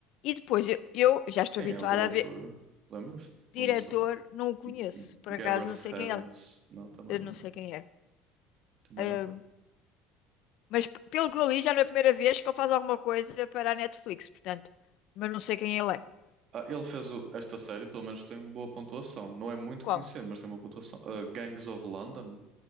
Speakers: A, on the left; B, on the right.
A: e depois eu, eu já estou
B: Quem
A: habituada
B: é o diretor?
A: a ver.
B: Lembras-te?
A: Diretor,
B: Ou não sei.
A: não o conheço.
B: G-
A: Por
B: Gareth
A: acaso, não sei
B: Evans.
A: quem é.
B: Não, também
A: Eu
B: não.
A: não sei quem é.
B: Também
A: Hum,
B: não.
A: Mas p- pelo que eu li, já não é a primeira vez que ele faz alguma coisa para a Netflix, portanto. Mas não sei quem ele é.
B: Ah, ele fez o- esta série, pelo menos tem boa pontuação. Não é muito
A: Qual?
B: conhecido, mas tem uma pontuação. Ah, Gangs of London.